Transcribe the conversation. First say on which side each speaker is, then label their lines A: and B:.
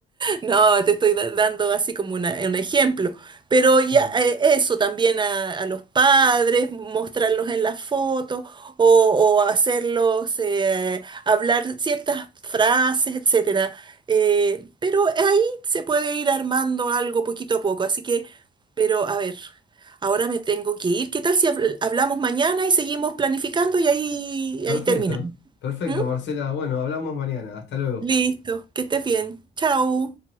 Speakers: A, on the right; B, on the left.
A: No, te estoy da- dando así como una- un ejemplo. Pero ya
B: Sí.
A: eh, eso también a, a los padres, mostrarlos en la foto o, o hacerlos eh, hablar ciertas frases, etcétera. Eh, pero ahí se puede ir armando algo poquito a poco. Así que, pero a ver, ahora me tengo que ir. ¿Qué tal si habl- hablamos mañana y seguimos planificando y ahí,
B: Perfecto,
A: ahí terminamos?
B: perfecto,
A: ¿Mm?
B: Marcela. Bueno, hablamos mañana. Hasta luego.
A: Listo, que estés bien. Chao.